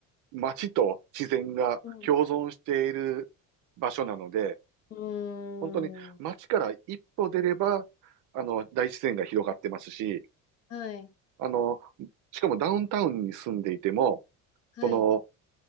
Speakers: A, on the right; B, on the left.
A: う街と自然が共存している場所なので、
B: うん。うーん。
A: 本当に街から一歩出れば、あの、大自然が広がってますし、
B: はい。
A: あの、しかもダウンタウンに住んでいても、
B: はい。
A: その、